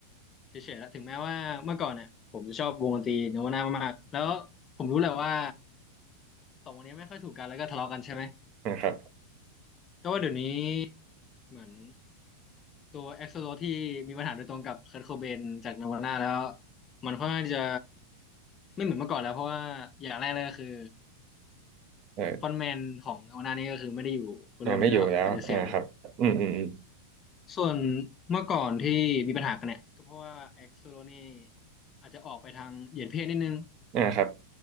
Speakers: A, on the left; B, on the right.
A: เฉยๆแล้วถึงแม้ว่าเมื่อก่อนเนี่ยผมจะชอบวงดนตรีโนวาน่ามากๆแล้วผมรู้แหละว่าสองวงนี้ไม่ค่อยถูกกันแล้วก็ทะเลาะกันใช่ไหม
B: นะครับ
A: ก็ว่าเดี๋ยวนี้เหมือนตัวเอ็กโซโลที่มีปัญหาโดยตรงกับเคิร์ o โคเบนจากนาวาน่าแล้วมันค่อนข้างจะไม่เหมือนเมื่อก่อนแล้วเพราะว่าอย่างแรกเลยก็คือ
B: เออ
A: ฟอนต์แมนของนาวาน่านี่ก็คือไม่ได้อยู่บนโลกนี้แล้วอาจจะเสียไปแล้ว
B: อ่าไม่อยู่แล้วอ่าครับอืมอืมอืม
A: ส่วนเมื่อก่อนที่มีปัญหากันเนี่ยก็เพราะว่าเอ็กโซโลนี่อาจจะออกไปทางเหยียดเพศนิดนึง
B: อ่าครับ